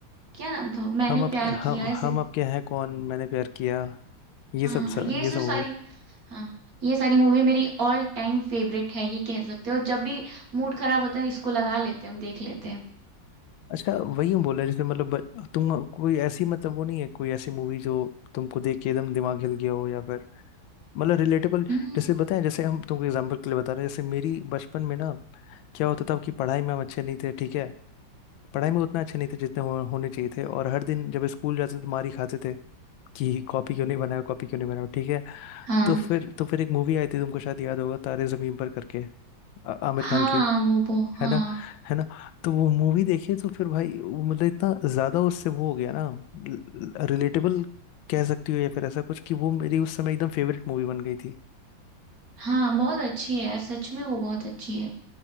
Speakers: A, on the right; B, on the left.
A: क्या नाम था मैंने
B: हम आपके
A: प्यार
B: हम
A: किया ऐसे
B: हम आपके हैं कौन मैंने प्यार किया ये
A: हाँ
B: सब सब
A: ये
B: ये
A: जो
B: सब मूवी
A: सारी हाँ ये सारी मूवी मेरी ऑल टाइम फेवरेट है ये कह सकते हो जब भी मूड खराब होता है इसको लगा लेते हैं हम देख लेते हैं
B: अच्छा वही हम बोल रहे हैं जैसे मतलब ब- तुम कोई ऐसी मतलब वो नहीं है कोई ऐसी मूवी जो तुमको देख के एकदम दिमाग हिल गया हो या फिर मतलब रिलेटेबल
A: हम्म
B: जैसे बताएं जैसे हम तुमको एग्जांपल के लिए बता रहे हैं जैसे मेरी बचपन में ना क्या होता था कि पढ़ाई में हम अच्छे नहीं थे ठीक है पढ़ाई में उतना अच्छे नहीं थे जितने हो, होने चाहिए थे और हर दिन जब स्कूल जाते थे तो मार ही खाते थे कि कॉपी क्यों नहीं बनाया कॉपी क्यों नहीं बनाया ठीक है
A: <laughs> हाँ
B: तो फिर तो फिर एक मूवी आई थी तुमको शायद याद होगा तारे जमीन पर करके आ- आमिर
A: हाँ
B: खान की
A: वो वो हाँ
B: है ना है ना तो वो मूवी देखिए तो फिर भाई वो मतलब इतना ज्यादा उससे वो हो गया ना रिलेटेबल कह सकती हो या फिर ऐसा कुछ कि वो मेरी उस समय एकदम फेवरेट मूवी बन गई थी
A: हाँ बहुत अच्छी है यार सच में वो बहुत अच्छी है